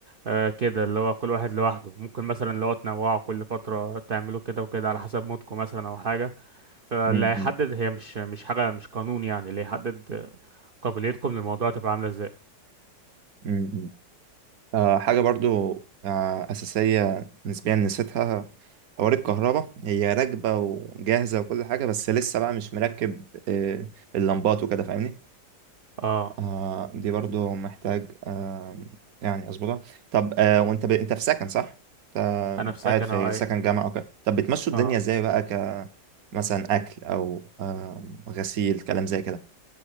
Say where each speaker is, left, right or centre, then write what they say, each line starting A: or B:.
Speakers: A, on the right; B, on the right.
A: أه كده اللي هو كل واحد لوحده ممكن مثلا اللي هو تنوعوا كل فترة تعملوا كده وكده على حسب مودكم مثلا او حاجة فاللي
B: م-
A: هيحدد
B: م-
A: هي مش مش حاجة مش قانون يعني اللي هيحدد قابليتكم للموضوع تبقى عاملة ازاي
B: م- م. آه حاجه برضو آه اساسيه نسبيا نسيتها حوار الكهرباء هي راكبه وجاهزه وكل حاجه بس لسه بقى مش مركب آه اللمبات وكده فاهمني
A: اه
B: آه دي برضو محتاج آه يعني اظبطها طب آه وانت ب... انت في سكن صح؟ انت
A: انا في سكن
B: قاعد في
A: او اي
B: سكن جامعة او كده طب بتمشوا الدنيا
A: اه
B: ازاي بقى ك مثلا اكل او آه غسيل كلام زي كده